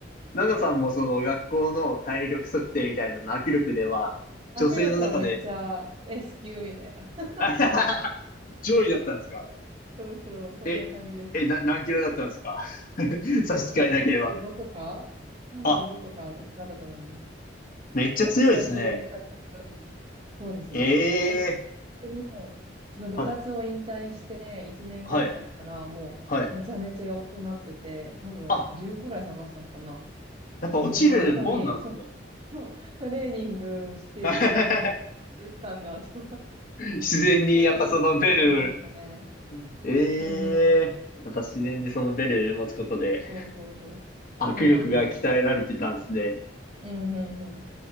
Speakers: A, on the left; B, on the right.
A: ナナさんもその学校の体力測定みたいなの握力では、
B: 握力はめっちゃ
A: 女性の中で、
B: S 級みたいな。<laughs>
A: <laughs> あはは上位だったんですか
B: そうそう、そんな感じでした。
A: え、え、な、何キロだったんですか <laughs> 差し支えなければ。
B: え、35とか ?35
A: あ、
B: とか絶対あったと思います。
A: めっちゃ強いですね。
B: 40はさすがになかったけど、そうですね。
A: ええ
B: え、でも、その部活を引退して1年後にやったら、
A: はい、はい、
B: もうめちゃめちゃ弱くなってて、
A: はい。
B: 多分10くらい探したのかな。
A: あ、やっぱ落ちるもんなんですね。
B: なんかやっぱり、ちょっと <laughs> トレーニングしてるつもりなかった。
A: <laughs>
B: やれてたんだと。<laughs> そ
A: 自然に、
B: れはびっくりしましたね。
A: やっぱそのベル、え
B: うんうん。
A: えやっぱ自然にそのベル持つことで、
B: そうそうそう。
A: 握力が鍛えられてたんですね。
B: そうなんですよ。うんうんうん。